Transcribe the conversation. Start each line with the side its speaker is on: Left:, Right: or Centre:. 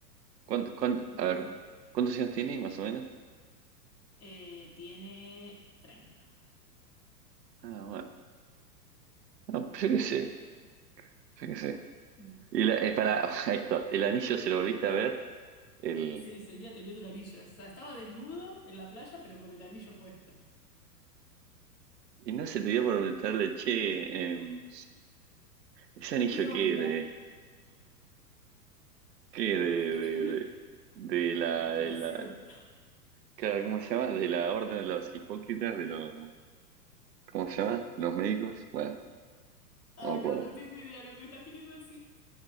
Right: ¿Cuánto, cuánto-
Left: Y
Right: a
Left: pero
Right: ver, ¿cuántos años tiene más o menos?
Left: eh, tiene treinta,
Right: Ah, bueno, no, pues yo qué sé, yo qué sé.
Left: Mm,
Right: Y la, eh, para
Left: No, no.
Right: <laughs> esto, el anillo se lo volviste
Left: La-
Right: a ver, el,
Left: Sí, seguía teniendo el anillo. O sea, estaba desnudo en la playa, pero con el anillo puesto.
Right: y no se te dio por preguntarle, che, em, ¿ese anillo
Left: ¿Qué onda?
Right: qué es de... que de,
Left: Es que
Right: de,
Left: te juro,
Right: de, de la,
Left: decoración.
Right: de la, claro, ¿cómo se llama? De la orden de los hipócritas, de los, ¿cómo se llama? Los médicos, bueno,
Left: Ay,
Right: no me acuerdo.
Left: no, no tengo idea de lo que me estás queriendo decir.